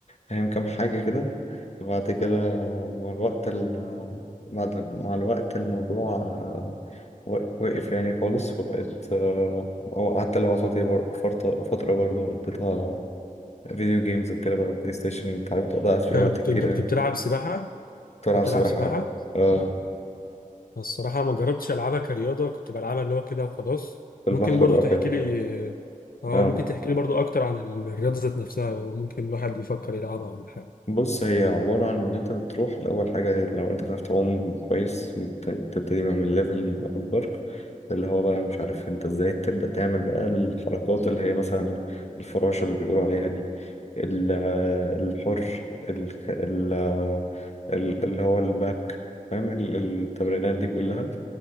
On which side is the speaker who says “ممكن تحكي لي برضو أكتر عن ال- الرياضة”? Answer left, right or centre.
Left